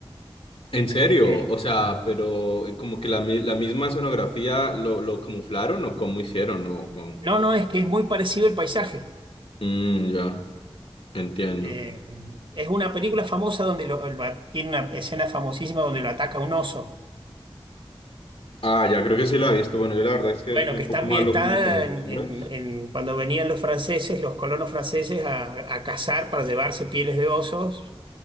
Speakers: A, on the left (about 70°); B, on the right (about 60°).
A: En serio,
B: Eh,
A: o sea, pero eh, como que la, mi- la misma escenografía lo, lo camuflaron o cómo hicieron, o, o-
B: no, no, es que es muy parecido el paisaje.
A: Mm, ya, entiendo.
B: Eh, es una película famosa donde lo- lo- tiene una escena famosísima donde lo ataca un oso.
A: Ah, ya creo que sí la he visto. Bueno, yo la verdad es que
B: Bueno,
A: soy un
B: que está
A: poco
B: ambientada
A: malo como con los
B: en,
A: nombres.
B: en- en cuando venían los franceses, los colonos franceses, a, a cazar para llevarse pieles de osos